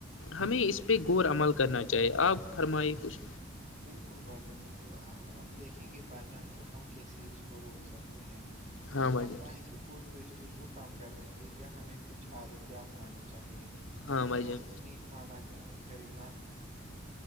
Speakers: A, on the left; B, on the right.
A: ہمیں اس پہ غور عمل کرنا چاہیے آپ فرمائیے کچھ
B: بالکل بھائی جان بالکل ہم اب دیکھیں گے بائی جان کے ہم کیسے اس کو روک سکتے ہیں مجھے
A: ہاں
B: لگتا
A: بھائی جان
B: ہے کہ فوڈ ویسٹیج کو کم کرنے کے لیے ہمیں کچھ عادتیں اپنانی چاہیے
A: ہاں
B: ہمیشہ
A: بھائی جان
B: اتنے ہی کھانا خریدنا